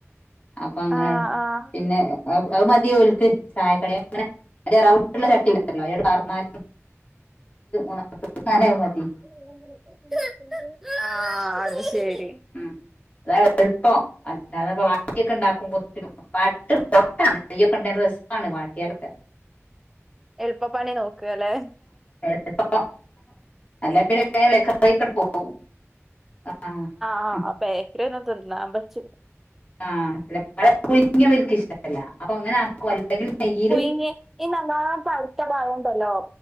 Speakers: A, on the left; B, in the centre.
A: അപ്പൊ അങ്ങനെ
B: ആ ആ
A: പിന്നെ അത് മതി ഒൽക്ക് ചായക്കട അങ്ങനെ ട് പറഞ്ഞാല് ണക്കാന മതി <unintelligible>
B: <unintelligible> ആഹ അത് ശരി
A: ഉം അതായ അല്പം <unintelligible> അല്ലാതെ വട്ടിയൊക്കെ ഉണ്ടാക്കും പൊൊക്കെ ഉണ്ട രസമാണ് വാട്ടിയാലൊക്കെ <unintelligible>
B: എളുപ്പപ്പണി നോക്കുക അല്ലേ
A: എളുപ്പം അല്ല പിന്നെ ഇക്കടെ പോവും <unintelligible> ആഹ
B: ആഹ് അപ്പേക്കറി തന്നാൻ പച്ച
A: ആഹ കുങ്ങവലക്ക് ഇഷ്ടമല്ല അപ്പൊ അങ്ങനെ അല്ലെങ്കിൽ നെയ്യില്
B: പുഞ്ഞ <unintelligible> ഈ നല്ല പഴുത്ത പയംണ്ടല്ലോ